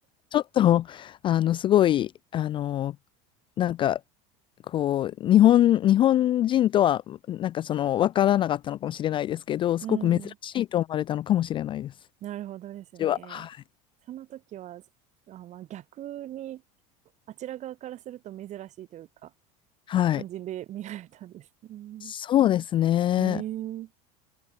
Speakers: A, on the left (about 30°); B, on the right (about 45°).
A: ちょっと、あの、すごい、あの、なんか、こう、日本、日本人とは、なんかその、わからなかったのかもしれないですけど、
B: うん。
A: すごく珍しいと思われたのかもしれないです。
B: うーん。なるほどですね。
A: 私は。はい。
B: その時は、あ、まあ逆に、あちら側からすると珍しいというか、
A: はい。
B: 感じで見られたんです。うん。
A: そうですね。
B: えー、